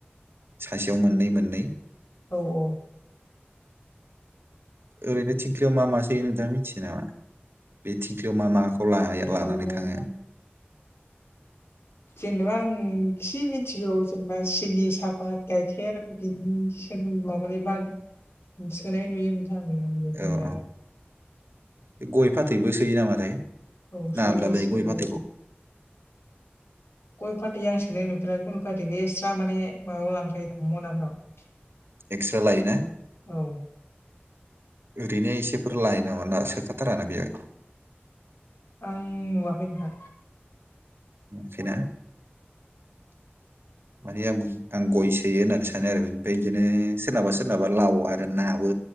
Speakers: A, on the right (about 70°); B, on the left (about 80°).
A: सासेयाव मोननै मोननै।
B: औ औ
A: ओरैनो थिंख्लियाव मा मासो नोंथाङा मिथियो नामा बे थिंख्लियाव मा मा खौ लानानै
B: बेयाव
A: लानानै थाङो।
B: जेनेबा आं एसे मिथिगौ जेनेबा सिनि साहापात गाइखेर बिनि माबानि बा सोनाय नुयो नथां आं नुनायालाय
A: औ औ गय फाथैबो सोयो नामाथाय
B: औ
A: ना
B: सोयो
A: आलदालाय
B: सोयो
A: गय फाथैखौ
B: गय फाथै आं सोनाय नुफोराखै गय फाथैखौ एक्सट्रा माने माबायाव लांखायो दां मनाफ्राव
A: एक्स्रा लायोना
B: औ
A: ओरैनो इसेफोर लायो नामा सोखाथारानो बेहाय
B: आं नुवाखै नोंथां
A: नुयाखैना माने आं आं गय सोयो होननानै सानो आरो ओमफ्राय बिदिनो सोरनाबा सोरनाबा लाव आरो नाबो